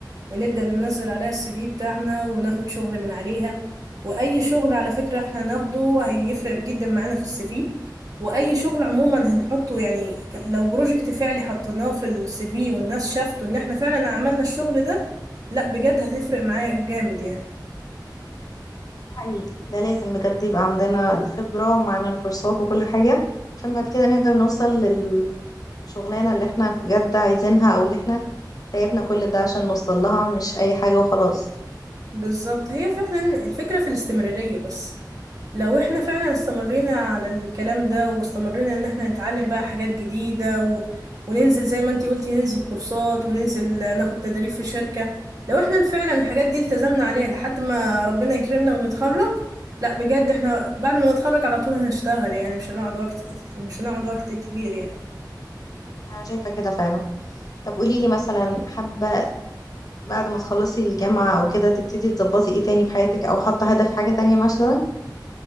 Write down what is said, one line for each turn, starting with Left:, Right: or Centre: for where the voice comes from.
Right: ونبدأ ننزل عليها السي في بتاعنا وناخد شغل من عليها وأي شغل على فكرة احنا هناخده هيفرق جدا معانا في السي في وأي شغل عموما
Left: جدا طبعا
Right: هنحطه يعني ك- لو بروجكت فعلي حطيناه في السي في والناس شافته إن احنا فعلا عملنا الشغل ده لا بجد هتفرق معايا جامد يعني
Left: ده حقيقي ده لازم بجد يبقى عندنا الخبره ومعانا الكورسات وكل حاجه عشان بعد كده نقدر نوصل للشغلانه اللي احنا بجد عايزينها او اللي احنا تعبنا كل ده عشان نوصل لها مش اي حاجه وخلاص
Right: بالظبط هي فعلا الفكرة في الاستمرارية بس لو احنا فعلا استمرينا على الكلام ده واستمرينا ان احنا نتعلم بقى حاجات جديدة و... وننزل زي ما انتي قلتي ننزل كورسات وننزل ناخد تدريب في شركة لو احنا فعلا الحاجات دي التزمنا عليها لحد ما ربنا يكرمنا ونتخرج لا بجد احنا بعد ما نتخرج على طول هنشتغل يعني مش هنقعد وقت مش هنقعد وقت كبير يعني
Left: انا شايفه كده فعلا طب قوليلي مثلا حابه بعد ما تخلصي الجامعة أو كده تبتدي تظبطي إيه تاني في حياتك أو حاطة هدف حاجة تانية مثلا